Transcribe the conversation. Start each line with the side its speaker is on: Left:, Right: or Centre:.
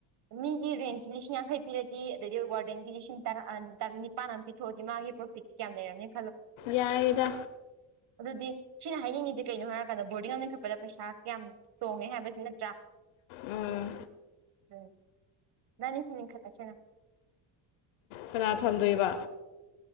Right: ꯃꯤꯒꯤ ꯔꯦꯟꯀꯤ ꯂꯤꯁꯤꯡ ꯌꯥꯡꯈꯩ ꯄꯤꯔꯗꯤ ꯑꯗꯩ ꯋꯥꯔ ꯔꯦꯟꯀꯤ ꯂꯤꯁꯤꯡ ꯇꯔꯥ ꯇꯔ ꯅꯤꯄꯥꯟ ꯑꯃ ꯄꯤꯊꯣꯛꯑꯗꯤ ꯃꯥꯒꯤ ꯄꯔꯣꯐꯤꯛꯌꯥ ꯂꯩꯔꯅꯤ
Left: ꯌꯥꯏꯗ
Right: ꯑꯗꯨꯗꯤ ꯁꯤꯅ ꯍꯥꯏꯅꯤꯡꯉꯤꯁꯦ ꯀꯩꯅꯣ ꯍꯥꯏꯔꯀꯥꯟꯗ ꯕꯣꯔꯗꯤꯡ ꯑꯃ ꯂꯤꯡꯈꯠꯄꯗ ꯄꯩꯁꯥ ꯀꯌꯥꯝ ꯇꯣꯡꯉꯦ ꯍꯥꯏꯕꯁꯤ ꯅꯠꯇ꯭ꯔꯥ
Left: ꯎꯝ
Right: ꯎꯝ ꯅꯤ ꯍꯅꯤꯡ ꯈꯁꯦꯅ
Left: ꯀꯅꯥ ꯊꯝꯗꯣꯏꯕ